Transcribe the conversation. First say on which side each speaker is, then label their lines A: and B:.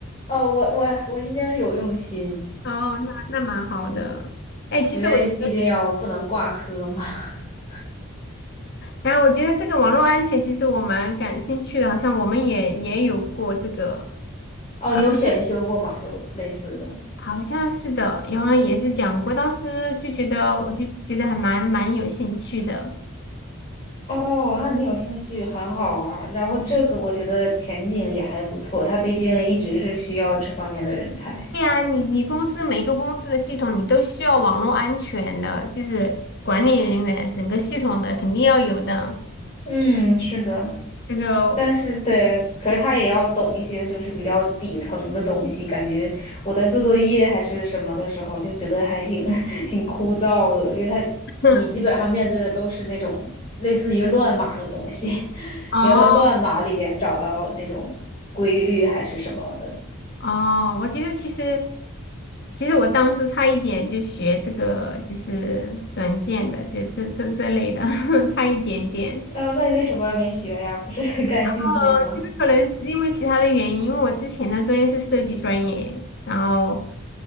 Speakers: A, on the left (about 25°); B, on the left (about 50°).
A: 哦，我我我应该有用心，
B: 哦，那那蛮好的。哎，其实我。
A: 因为毕竟要不能挂科嘛。
B: 觉得。
A: <laughs>
B: 然后我觉得这个网络安全其实我蛮感兴趣的，好像我们也也有过这个
A: 哦，
B: 啊，
A: 你有选修过吗？就类似的。
B: 好像是的，然后也是讲过，当时就觉得我就觉得还蛮蛮有兴趣的。
A: 哦，那你有兴趣很好啊。然后这个我觉得前景也还不错，他毕竟一直是需要这方面的人才。
B: 对啊，你你公司每个公司的系统你都需要网络安全的，就是管理人员整个系统的肯定要有的。
A: 嗯，是的，
B: 这个，
A: 但是对，可是他也要懂一些就是比较底层的东西。感觉我在做作业还是什么的时候，就觉得还挺 <laughs> 挺枯燥的，因为他你基本上面对的都是那种类似于乱码的东西，
B: <laughs>
A: <laughs>
B: 哦，
A: 你要在乱码里边找到那种规律还是什么的。
B: 哦，我觉得其实，其实我当初差一点就学这个，就是软件的，就这这这类的，<laughs> 差一点点。
A: 哦，那你为什么没学呀？不是很感兴趣吗？
B: 呃，就是可能是因为其他的原因，因为我之前的专业是设计专业，然后，